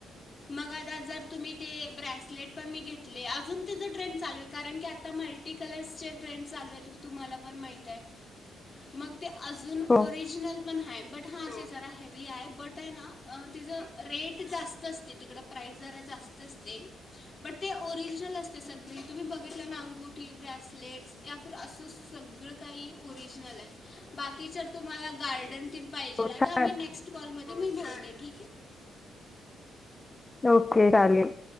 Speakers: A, on the left; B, on the left.
A: मग आता जर तुम्ही ते ब्रेसलेट पण मी घेतले, अजून तिचं ट्रेंड चालू हाय. कारण की आता मल्ट टी कलर्सचे ट्रेंड चालू आहेत, तुम्हाला पण माहित हाय. मग ते अजून
B: हो
A: ओरिजनल पण हाय. बट हा ते जरा हेवी हाय. बट आहे ना तेज रेट जास्तच तिकडं प्राईज जरा जास्त असते, बट ते ओरिजनल असतय सगळं. तुम्ही बघितलं ना अंगुठी ब्रेसलेट्स या फिर असं सगळं काही ओरिजनल हाय. बाकीच तुम्हाला गार्डन तेन पाहिजेलं
B: हो
A: हाय,
B: छान
A: तर आम्ही नेक्स्ट कॉल मध्ये मी बोलते ठीक हाय.
B: ओके चालेल.